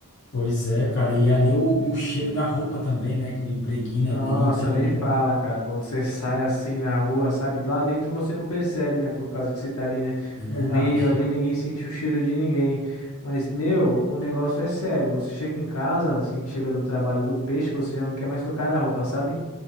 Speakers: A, on the left; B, on the left.
A: Pois é, cara, e ali o, o cheiro da roupa também, né, que impregna
B: Nossa,
A: ali, então,
B: nem fala, cara. Quando você sai assim na rua, sabe? Lá dentro você não percebe, né? Por causa que você tá ali, né?
A: é verdade.
B: No meio ali, ninguém sente o cheiro de ninguém. Mas, meu, o negócio é sério. Você chega em casa, assim, que chega do trabalho do peixe, você já não quer mais tocar na roupa, sabe?